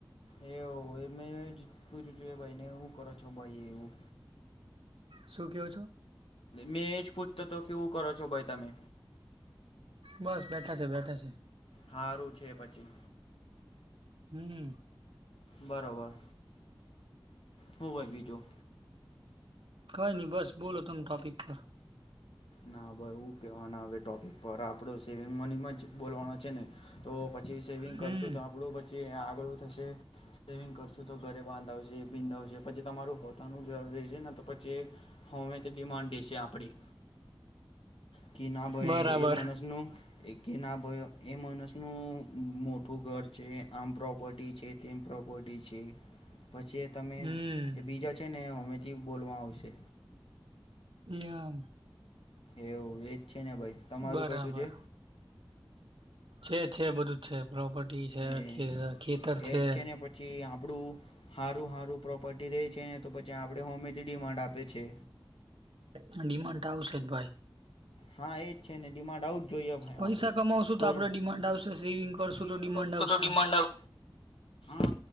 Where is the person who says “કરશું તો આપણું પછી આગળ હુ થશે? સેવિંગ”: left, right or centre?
Left